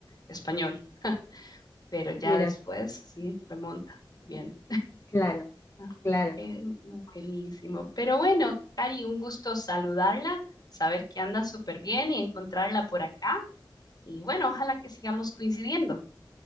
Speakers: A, on the left; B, on the left.
A: español, pero ya
B: Mira,
A: después, sí, remonta. Bien.
B: claro,
A: Así
B: claro.
A: que buenísimo. Pero bueno, Cari, un gusto saludarla, saber que anda súper bien y encontrarla por acá. Y bueno, ojalá que sigamos coincidiendo.